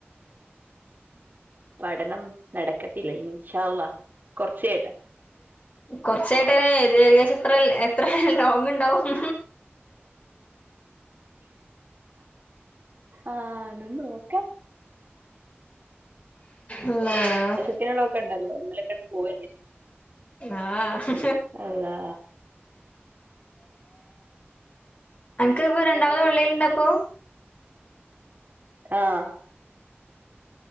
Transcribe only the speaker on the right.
പഠനം നടക്കത്തില്ല ഇൻഷാ അള്ളാഹ് കൊർച്ചയ്യട്ടെ
ആഹ് ന്നാ നോക്ക
<unintelligible> പോവന്നെ
അള്ളാ
ആഹ്